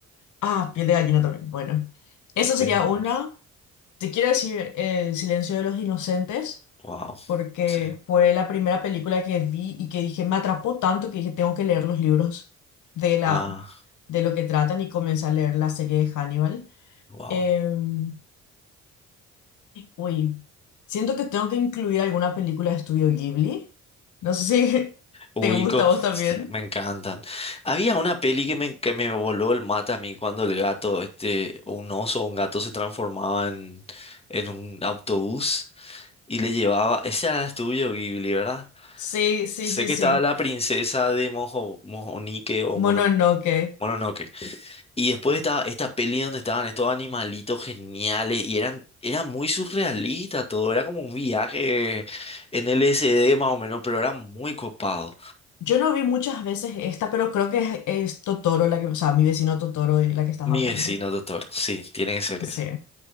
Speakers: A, on the left; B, on the left.
A: ah, piel de gallina también. Bueno, esa
B: Qué
A: sería
B: genial.
A: una. Te quiero decir eh, El Silencio de los Inocentes,
B: Wow.
A: porque
B: Sí.
A: fue la primera película que vi y que dije, me atrapó tanto que dije, tengo que leer los libros de la,
B: Ah,
A: de lo que tratan y comencé a leer la serie de Hannibal.
B: wow.
A: Em, Uy, siento que tengo que incluir alguna película de Estudio Ghibli. No sé si <laughs>
B: Ubico,
A: te gusta a vos
B: <laughs>
A: también.
B: me encantan. Había una peli que me, que me voló el mate a mí cuando el gato, este, o un oso o un gato se transformaba en, en un autobús y le llevaba. Ese era el tuyo, Ghibli, ¿verdad?
A: Sí, sí,
B: Sé
A: sí,
B: que
A: sí.
B: estaba la princesa de Mojo, Mojonique o Mono,
A: Mononoke.
B: Mononoke. Y después estaba esta peli donde estaban estos animalitos geniales y eran, era muy surrealista todo. Era como un viaje en L S D más o menos, pero era muy copado.
A: Yo no vi muchas veces esta, pero creo que es, es Totoro la que, o sea, mi vecino Totoro de la que estás
B: Mi
A: hablando.
B: vecino, doctor. Sí, tiene que ser
A: Sí.
B: esa.